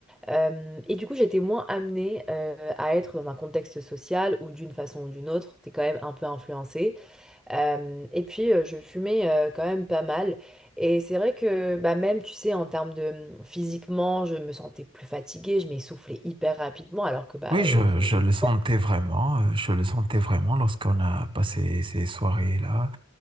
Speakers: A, in the centre; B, on the right (about 25°).
A: Euh, et du coup, j'étais moins amenée euh, à être dans un contexte social ou d'une façon ou d'une autre, t'es quand même un peu influencée. Euh, et puis, euh, je fumais euh, quand même pas mal. Et c'est vrai que bah, même, tu sais, en termes de physiquement, je me sentais plus fatiguée, je m'essoufflais hyper rapidement alors que bah,
B: Oui, je,
A: euh, je-
B: je
A: j'étais...
B: le sentais vraiment. euh, Je le sentais vraiment lorsqu'on a passé ces soirées-là.